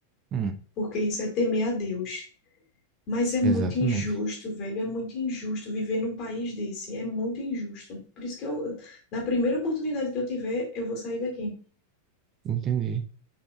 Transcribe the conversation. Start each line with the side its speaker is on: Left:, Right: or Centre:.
Right: Hum,
Left: porque isso é temer a Deus. Mas é
Right: exatamente.
Left: muito injusto, velho, é muito injusto viver num país desse, é muito injusto. Por isso que eu, na primeira oportunidade que eu tiver, eu vou sair daqui.
Right: Entendi.